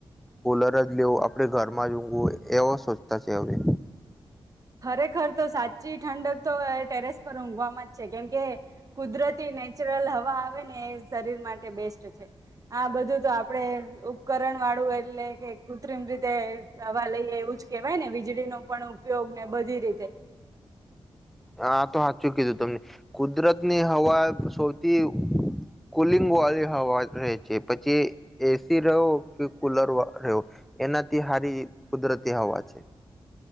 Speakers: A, in the centre; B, on the right (about 35°).
A: કોલર જ લેવ આપણે ઘરમાં ઊઘું એવો સોચતા છે હવે
B: રે ખર તો સાચી ઠંડક તો ટેરેસ ઘવામાં જ છે કેમ કે કુદરતી નેચરલ હવા હ ને એ શરીર માટે બેસ્ટ છે આ બધું તો આપણેે ઉપકરણ વાળું એટલે કે કૃત્રિમ રીતે દવા લઈએ એવું જ કેવાય ને વીજળી નું પણ ઉપયોગ બધી રીતે
A: આા તો સાચું કીધું તમને કુદરતની હવા સૌથી કુલિંગ વાળી હવા રહે છે પછી એસી રહો કે કુલર રહવો એનાથી સારી કુદરતી હવા છે